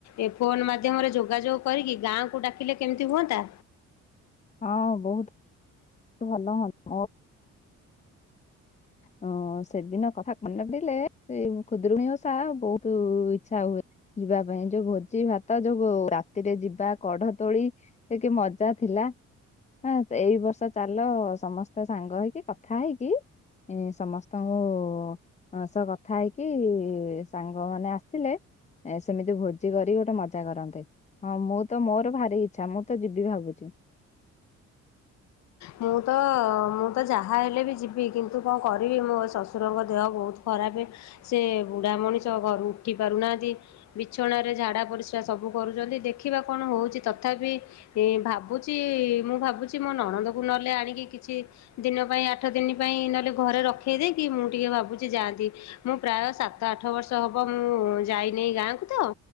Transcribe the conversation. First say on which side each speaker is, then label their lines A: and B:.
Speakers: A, on the left; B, on the left.
A: ଏ ଫୋନ ମାଧ୍ୟମରେ ଯୋଗାଯୋଗ କରିକି ଗାଁକୁ ଡାକିଲେ କେମିତି ହୁଅନ୍ତା?
B: ହଁ ବହୁତ ତୁ ଭଲ ହଁ <inaudible> ଅଁ ସେଦିନ କଥା ମନେ ପଡିଲେ ସେଇ ଉଁ ଖୁଦୁରୁକୁଣୀ ଓଷା ବୋହୁତୁ ଇଚ୍ଛା ହୁଏ ଯିବା ପାଇଁ ଯୋଉ ଭୋଜି ଭାତ ଯୋଉଗୁ ରାତିରେ ଯିବା କଢ ତୋଳି ତିକି ମଜା ଥିଲା ହଁ ତ ଏଇ ବର୍ଷ ଚାଲ ସମସ୍ତେ ସାଙ୍ଗ ହେଇକି କଥା ହେଇକି ଇଁ ସମସ୍ତଙ୍କୁ ଅଁ ସ କଥା ହେଇକି ସାଙ୍ଗମାନେ ଆସିଲେ ଏ ସେମିତି ଭୋଜି କରିକି ଗୋଟେ ମଜା କରନ୍ତେ। ହଁ ମୁଁ ତ ମୋର ଭାରି ଇଚ୍ଛା ମୁଁ ତ ଯିବି ଭାବୁଛି।
A: ମୁଁ ତ ମୁଁ ତ ଯାହା ହେଲେ ବି ଯିବି କିନ୍ତୁ କଁ କରିବି ମୋ ଶଶୁରଙ୍କ ଦେହ ଭୋଉତ ଖରାପେ ସେ ବୁଡା ମଣିଷ ଘରୁ ଉଠି ପାରୁନାଆନ୍ତି। ବିଛଣାରେ ଝାଡା ପରିସ୍ରା ସବୁ କରୁଚନ୍ତି ଦେଖିବା କଣ ହଉଚି ତଥାପି ଏଁ ଭାବୁଚି ମୁଁ ଭାବୁଛି ମୋ ନଣନ୍ଦକୁ ନହେଲେ ଆଣିକି କିଛି ଦିନ ପାଇଁ ଆଠ ଦିନି ପାଇଁ ନହେଲେ ଘରେ ରଖେଇ ଦେଇକି ମୁଁ ଟିକେ ଭାବୁଚି ଯାଆନ୍ତି। ମୁଁ ପ୍ରାୟ ସାତ ଆଠ ବର୍ଷ ହବ ମୁଁ ଯାଇ ନେଇ ଗାଁକୁ ତ।